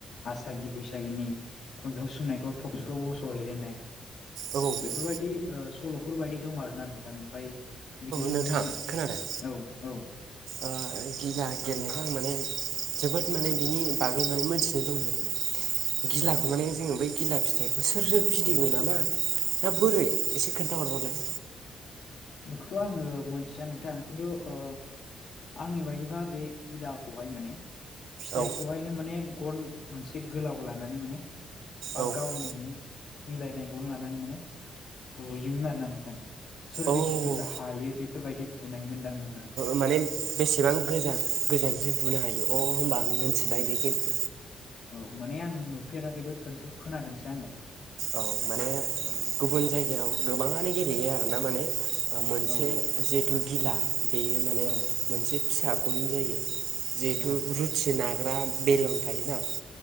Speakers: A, on the left (about 55°); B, on the right (about 85°).
A: आसागि बैसागिनि खुन्दुं सोंनायखौ थबस्र' बस'हैलायनाय
B: औ औ
A: बेफोरबायदि ओ सल'फोर बायदि दं आरो ना नोंथां ओमफ्राय बिदिनो
B: नोंथां
A: माने
B: खोनादों
A: औ औ
B: ओ गिला गेलेनायखौ आं माने जोबोद माने बिनि बागै माने मोनथिनो दं आरो माने गिलाखौ
A: औ
B: माने जोङो बै गिला फिथाइखौ सोर सोर फिदिङो नामा ना बोरै एसे खोन्थाहरबावलाय
A: बेखौथ' आङो मोनथिया नोंथां खिन्थु ओ आंनि बायदिबा बे गिलाखौहाय माने फिथाइखौहायनो
B: औ
A: माने गन मोनसे गोलाव लानानै माने बा
B: औ
A: गावनो मिलायनाय गन लानानै माने बुयोमोन आरोना नोंथां सोर बिसि
B: औ
A: गोसा हायो बेफोरबायदि बुनाय मोनदां नोंदा
B: माने बेसेबां गोजा गोजानसिन बुनो हायो अ होमबा आं मिथिबाय
A: औ
B: बे गेमखौ
A: औ माने आं नुफेराखैबो खिनथु खोनादोंसो आङो।
B: औ माने
A: औ
B: गुबुन जायगायाव गोबाङानो गेलेयो आरोना माने मोनसे
A: औ
B: जिहेथु गिला बेयो माने
A: औ
B: मोनसे फिसा गुन जायो। जिहेथु
A: औ
B: रुथि नाग्रा बेलन थायोना